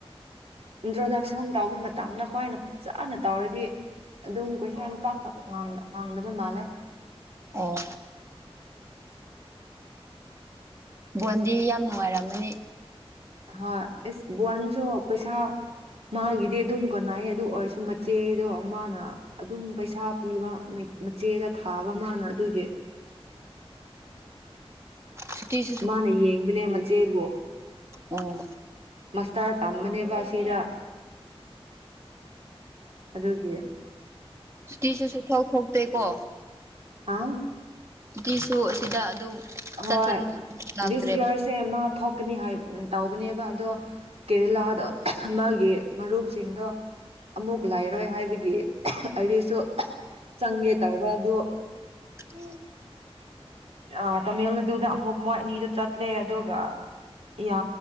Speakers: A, on the right (about 75°); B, on the right (about 25°).
A: ꯏꯟꯇ꯭ꯔꯣꯗꯛꯁꯟ ꯇꯧꯕ ꯃꯇꯝꯗ ꯈ꯭ꯣꯏꯏꯅ ꯐꯖꯥꯅ ꯇꯧꯔꯗꯤ ꯑꯗꯨꯝ ꯀꯣꯏꯁꯥꯄꯥꯈꯛ ꯍꯥꯡꯗꯕ ꯃꯥꯜꯂꯦ
B: ꯑꯣ ꯕꯣꯟꯗꯤ ꯌꯥꯝ ꯅꯨꯡꯉꯥꯏꯔꯝꯃꯅꯤ
A: ꯍꯣꯏ ꯑꯦꯁ ꯕꯟꯁꯨ ꯄꯩꯁꯥ ꯃꯥꯒꯤꯗꯤ ꯑꯗꯨꯝ ꯀꯅꯩ ꯑꯗꯨ ꯑꯣꯏꯔꯁꯨ ꯃꯆꯦꯗꯣ ꯃꯥꯅ ꯑꯗꯨꯝ ꯄꯩꯁꯥ ꯄꯤꯕ ꯃꯆꯦꯗ ꯊꯥꯕ ꯃꯥꯅ ꯑꯗꯨꯒꯤ
B: ꯁꯨꯇꯤꯁꯨ
A: ꯃꯥꯅ ꯌꯦꯡꯕꯅꯦ ꯃꯆꯦꯕꯨꯣ
B: ꯎꯝ
A: ꯃꯁꯇꯥꯔ ꯇꯝꯕꯅꯦꯕ ꯁꯤꯗ ꯑꯗꯨꯒꯤ
B: ꯇꯤꯁꯨꯁꯨ ꯊꯧ ꯊꯧ ꯇꯦꯛꯀꯣ
A: ꯑꯥꯎ
B: ꯑꯗꯨꯤꯁꯨ ꯁꯤꯗ ꯑꯗꯨꯝ ꯆꯠꯄꯗꯒꯤ
A: ꯍꯣꯏ
B: ꯂꯥꯛꯇ꯭ꯔꯦ
A: ꯗꯤꯁ ꯏꯌꯥꯔꯁꯦ ꯃꯥ ꯊꯣꯛꯀꯅꯤ ꯍꯥꯏ ꯇꯧꯕꯅꯦꯕ ꯑꯗꯣ ꯀꯦꯔꯦꯂꯥꯗꯣ ꯃꯥꯒꯤ ꯃꯔꯨꯞꯁꯤꯡꯗꯣ ꯑꯃꯨꯛ ꯂꯩꯔꯣꯏ ꯍꯥꯏꯕꯒꯤ ꯑꯩꯔꯤꯁꯨ ꯆꯪꯒꯦ ꯇꯧꯕ ꯑꯗꯨ
B: ꯎꯝ
A: ꯑ ꯇꯥꯃꯤꯜ ꯅꯥꯗꯨꯗ ꯑꯃꯨꯛ ꯃꯣꯏ ꯑꯅꯤꯗ ꯆꯠꯂꯦ ꯑꯗꯨꯒ ꯌꯥ